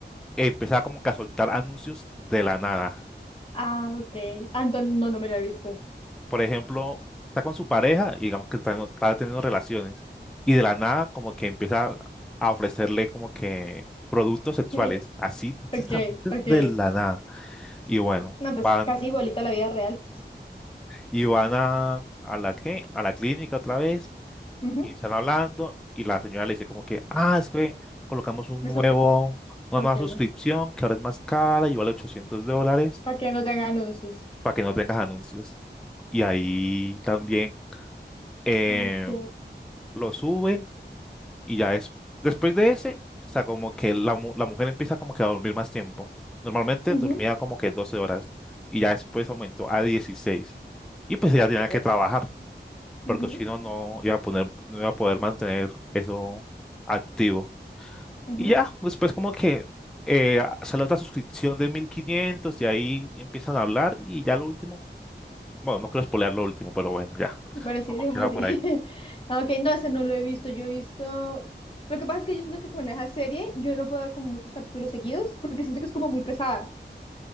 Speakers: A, in the centre; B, on the left.
A: empieza como que a soltar anuncios de la nada,
B: Ah, ok. Anton, no, no me la he visto. <laughs>
A: por ejemplo, está con su pareja y digamos que está, teniendo está teniendo relaciones y de la nada como que empieza a ofrecerle como que productos sexuales,
B: Sí.
A: así justamente
B: Ok, ok.
A: de la nada. Y bueno,
B: No,
A: van
B: pues casi igualita a la vida real.
A: y van a, a la qué a la clínica otra vez
B: Ujú.
A: y están hablando y la señora le dice como que, "Ah, es que colocamos un
B: Eso,
A: nuevo una
B: ok.
A: nueva suscripción que ahora es más cara y vale 800 dólares
B: Para que no tenga anuncios.
A: para que no tengas anuncios." Y ahí también eh,
B: Ok.
A: lo suben Y ya es, después de ese, o sea, como que la, mu- la mujer empieza como que a dormir más tiempo. Normalmente
B: Ujú.
A: dormía como que 12 horas y ya después aumentó a dieciséis Y pues
B: Ok.
A: ella tenía que trabajar porque
B: Ujú,
A: si no, no iba a poner, no iba a poder mantener eso activo.
B: ujú.
A: Y ya, después como que eh, sale otra suscripción de 1500 y ahí empiezan a hablar y ya lo último, bueno, no quiero spoilear lo último, pero bueno, ya,
B: Bueno, sí,
A: como
B: dejémoslo
A: queda
B: así.
A: por ahí.
B: <laughs> Ah, Ok, no, ese no lo he visto. Yo he visto. Lo que pasa es que yo siento que con esa serie yo no puedo ver como muchos capítulos seguidos porque siento que es como muy pesada.